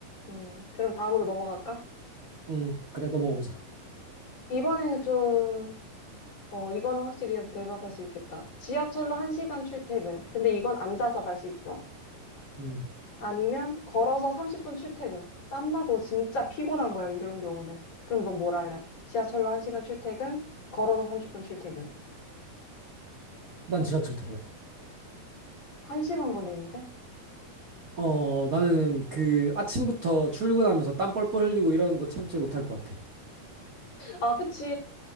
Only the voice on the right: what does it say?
음, 그래, 넘어가 보자.
음,
난 지하철 탈래.
어, 나는 그 아침부터 출근하면서 땀 뻘뻘 흘리고 이런 거 참지 못할 것 같아.